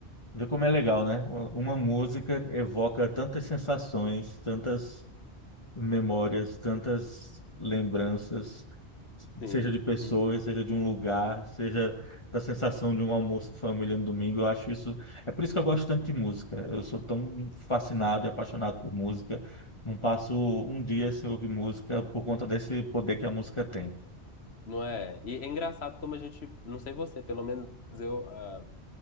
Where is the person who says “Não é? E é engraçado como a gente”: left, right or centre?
Left